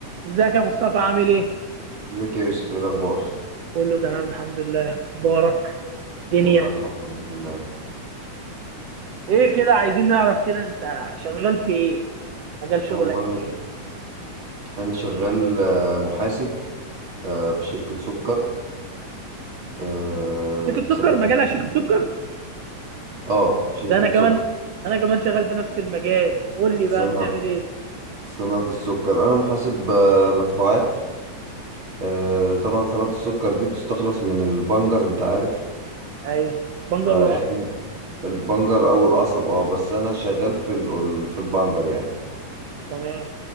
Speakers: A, on the right; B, on the right.
A: ازيك يا مصطفى عامل ايه؟
B: ازيك يا يوسف ايه الاخبار
A: قول له تمام الحمد لله بارك دنيا
B: والله الحمد لله تمام
A: ايه كده عايزين نعرف كده انت شغال في ايه؟ مجال شغلك
B: والله
A: ايه؟
B: انا شغال آه، محاسب آه، في شركة سكر آه،
A: شركة
B: حسابات
A: سكر مجالك شركة سكر؟
B: اه شركة
A: ده انا كمان
B: سكر
A: انا كمان شغال في نفس المجال قول لي
B: صناعة
A: بقى بتعمل ايه؟
B: صناعة السكر انا محاسب آه، مدفوعات آه، طبعا صناعة السكر دي بتستخلص من البنجر انت عارف
A: ايوه بنجر
B: فاحنا
A: والقصب
B: البنجر او القصب اه بس انا شغال في ال- في البنجر يعني
A: تمام